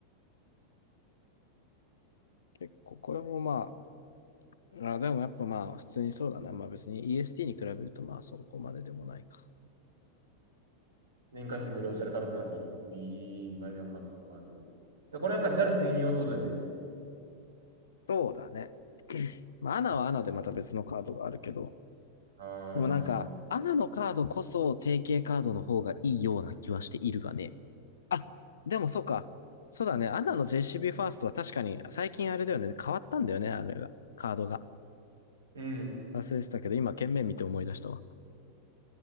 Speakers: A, on the left; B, on the right.
A: 結構これもまあ、あでもやっぱまあ普通にそうだな。まあ別に EST に比べるとまあそこまででもないか。
B: 年会費無料、ジャルカのナビ。ういー、マリガンバンタマル。で、これはなんか JAL 専用ってことだよね。
A: そうだね。まあアナはアナでまた別のカードがあるけど、
B: あー、
A: でもなんか、アナのカードこそ定型カードの方がいいような気はしているがね。あ、でもそうか。そうだね。アナの JCB ファーストは確かに最近あれだよね。変わったんだよね、あれが。カードが。
B: うん。
A: 忘れてたけど、今、剣面見て思い出したわ。